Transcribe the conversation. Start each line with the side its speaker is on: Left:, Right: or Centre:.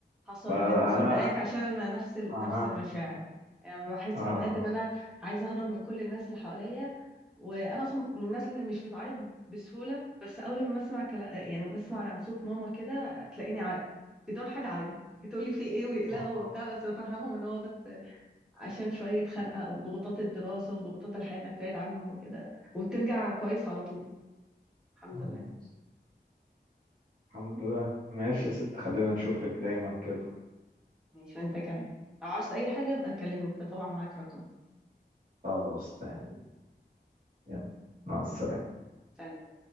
Centre: فحصل
Right: فانا
Centre: <laughs> بجد مصدقاك عشان انا نفس ال...
Right: اها
Centre: نفس المشاعر يعني بحس
Right: اها
Centre: في اوقات ان انا عايزه اهرب من كل الناس اللي حواليا وانا اصلا من الناس اللي مش بتعيط بسهوله بس اول ما اسمع كلا... يعني بسمع صوت ماما كده تلاقيني ع... بدون حاجه اعيط تقول لي في ايه ويقلقوا
Right: اها
Centre: وبتاع بس بفهمهم ان هو بس عشان شوية خنقة أو ضغوطات الدراسة وضغوطات الحياة إنك بعيد عنهم وكده وبترجع كويس على طول الحمد
Right: أها.
Centre: لله
Right: الحمد لله ماشي يا ست خلينا نشوفك دايما كده
Centre: ماشي وأنت كمان لو عاوزت أي حاجة ابقى كلمني أنت طبعا معاك رقم
Right: خلاص تاني يلا مع السلامه
Centre: سلام